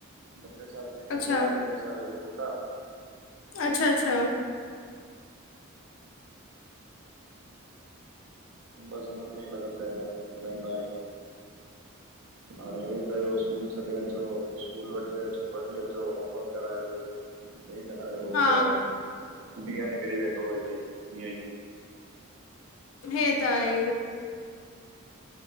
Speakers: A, on the right; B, on the left.
A: सते साल जी धीउ
B: अच्छा
A: आ, पंजे साले जो पुटु आ
B: अच्छा अच्छा
A: बस हुनन में ई लॻल रहंदा आहियूं हाणे इअं कयो स्कूल छॾे अचो स्कूल वठी अचो वठी अचो होमवर्क करायो हे करायो हो
B: हा
A: करायो ॾीय निकरी वेंदो इअंही ईअंई
B: हे त आहे